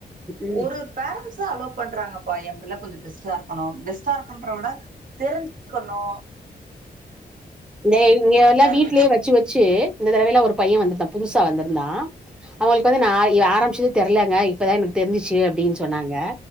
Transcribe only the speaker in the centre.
ம்
தே இவுங்கல்லா வீட்லயே
வெச் வெச்சு வெச்சு இந்த தடவைலா ஒரு பைய வந்துருந்தா புதுசா வந்துருந்தா அவுங்ளுக்கு வந்து நா ஏ ஆரம்பிச்சதே தெர்லங்க இப்பதா எனக்கு தெருஞ்சுச்சு அப்டின் சொன்னாங்க